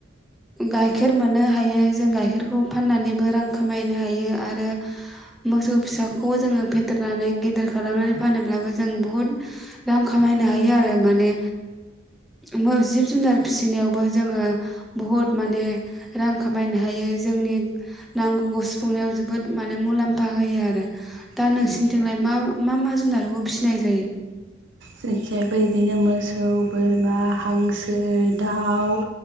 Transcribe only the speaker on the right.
जोंनिथिंजायबो
जेखिजायबो बिदिनो मोसौ बोरमा हांसो दाउ